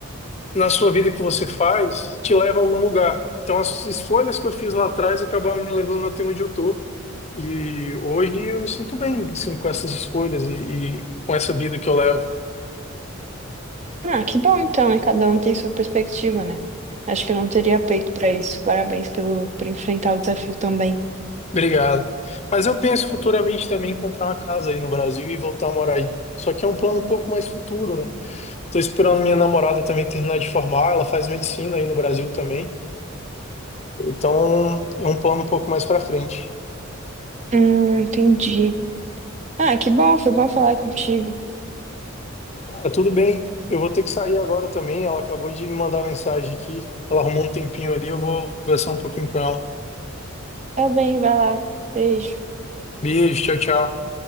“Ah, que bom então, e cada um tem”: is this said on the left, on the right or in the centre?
Right